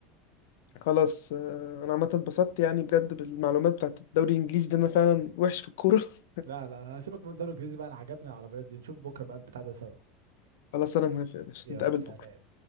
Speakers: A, on the left (about 75°); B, on the right (about 85°).
A: خلاص آه، انا عامه اتبسطت يعني بجد بالمعلومات بتاعت الدوري الانجليزي ده انا فعلا وحش في الكوره <laughs>
B: لا لا انا هسيبك من الدوري الانجليزي بقى انا عجبني العربيات دي نشوف بكره بقى البتاع ده سوا
A: خلاص انا موافق يا باشا
B: يلا
A: نتقابل
B: سلام
A: بكره